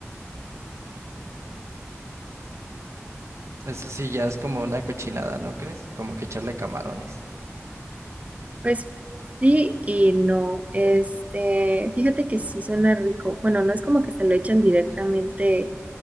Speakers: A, on the right (about 85°); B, on the right (about 30°).
A: Eso sí ya es como una cochinada, ¿no crees? Como que echarle camarones.
B: Pues sí y no. Este, fíjate que sí suena rico. Bueno, no es como que se lo echan directamente